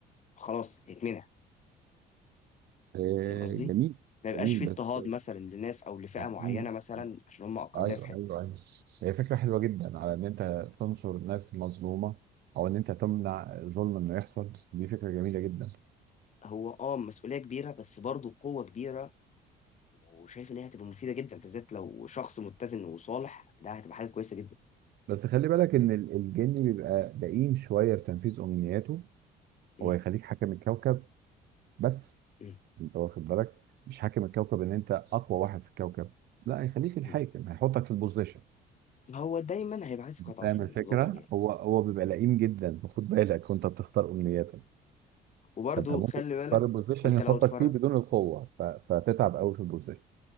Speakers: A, on the left; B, on the right.
A: خلاص يتمنع
B: آه
A: فاهم قصدي؟
B: جميل
A: ما يبقاش
B: جميل
A: في
B: بس
A: اضطهاد مثلا لناس او لفئه
B: مفهوم
A: معينه مثلا عشان هم اقليه
B: ايوه
A: في حته
B: ايوه ايوه هي فكره حلوه جدا على ان انت تنصر ناس مظلومه او ان انت تمنع ظلم انه يحصل دي فكره جميله جدا
A: هو اه مسؤولية كبيرة بس برضه قوة كبيرة وشايف ان هي هتبقى مفيدة جدا بالذات لو شخص متزن وصالح ده هتبقى حاجة كويسة جدا
B: بس خلي بالك ان ال- الجن بيبقى دقيق شويه في تنفيذ امنياته
A: م-
B: هو يخليك حاكم الكوكب بس
A: م-
B: انت واخد بالك مش حاكم الكوكب ان انت اقوى واحد في الكوكب لا هيخليك الحاكم
A: م.
B: هيحطك في البوزيشن
A: هو دايما هيبقى عايز قطع
B: فاهم
A: فيلم
B: الفكره
A: ده طبيعي
B: هو هو بيبقى لئيم جدا فخد بالك وانت بتختار امنياتك
A: وبرضه
B: فانت ممكن
A: خلي بالك
B: تختار البوزيشن
A: انت
B: يحطك
A: لو اتفرجت
B: فيه بدون القوه ف... فتتعب قوي في البوزيشن